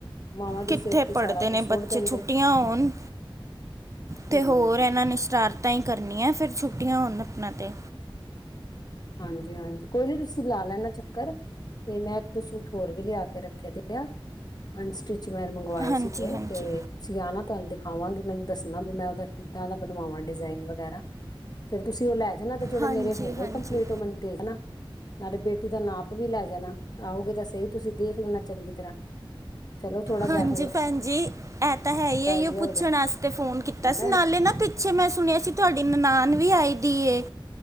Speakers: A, on the left; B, on the right.
A: ਮਾਵਾਂ ਦੇ
B: ਕਿੱਥੇ
A: ਸਿਰ ਤੇ
B: ਪੜ੍ਹਦੇ
A: ਸਾਰਾ
B: ਨੇ
A: ਕੁਛ ਸੁੱਟ
B: ਬੱਚੇ
A: ਦਿੰਦੇ
B: ਛੁੱਟੀਆਂ
A: ਨੇ
B: ਹੋਣ ਤੇ
A: ਹੂੰ
B: ਹੋਰ ਇਹਨਾਂ ਨੇ ਸ਼ਰਾਰਤਾਂ ਹੀ ਕਰਨੀਆਂ ਫਿਰ ਛੁੱਟੀਆਂ ਹੋਣ ਆਪਣਾ ਤੇ।
A: ਹਾਂਜੀ-ਹਾਂਜੀ ਕੋਈ ਨੀ ਤੁਸੀਂ ਲਾ ਲੈਣਾ ਚੱਕਰ। ਤੇ ਮੈਂ ਇੱਕ-ਦੋ ਸੂਟ ਹੋਰ ਵੀ ਲਿਆ ਕੇ ਰੱਖੇ ਦੇ ਆ। ਅਨਸਟਿਚ ਮੈਂ ਮੰਗਵਾਏ
B: ਹਾਂਜੀ
A: ਸੀਗੇ
B: ਹਾਂਜੀ
A: ਤੇ ਤੁਸੀਂ ਆਣਾ ਤੁਹਾਨੂੰ ਦਿਖਾਵਾਂਗੇ ਮੈਨੂੰ ਦੱਸਣਾ ਵੀ ਮੈਂ ਕਿੱਦਾਂ ਦਾ ਬਣਵਾਵਾਂ ਡਿਜ਼ਾਇਨ ਵਗੈਰਾ, ਫੇਰ ਤੁਸੀਂ ਉਹ ਲੈ ਜਾਣਾ ਤੇ ਜਿਹੜੇ
B: ਹਾਂਜੀ
A: ਮੇਰੇ ਹੋ ਗਏ
B: ਹਾਂਜੀ
A: ਕੰਪਲੀਟ ਉਹ ਮੈਨੂੰ ਦੇ ਦੇਨਾ। ਨਾਲੇ ਬੇਟੀ ਦਾ ਨਾਪ ਵੀ ਲੈ ਜਾਣਾ, ਆਓਗੇ ਤਾਂ ਸਹੀ ਤੁਸੀਂ ਦੇਖ ਲੈਣਾ ਚੰਗੀ ਤਰ੍ਹਾਂ। ਚਲੋ ਥੋੜਾ
B: ਹਾਂਜੀ
A: ਜਿਹਾ ਹੋਰ
B: ਭੈਣ ਜੀ, ਐ ਤੇ ਹੈ ਇਹੀ
A: ਆਈਡੀਆ
B: ਉਹ ਪੁੱਛਣ
A: ਹੋ
B: ਵਾਸਤੇ ਪੁੱਛਣ ਵਾਸਤੇ ਫੋਨ ਕੀਤਾ
A: ਜਾਂਦਾ
B: ਸੀ ਨਾਲੇ ਨਾ ਅੱਛਾ ਮੈਂ ਸੁਣਿਆ ਸੀ ਤੁਹਾਡੀ ਨਨਾਨ ਵੀ ਆਈ ਦੀ ਏ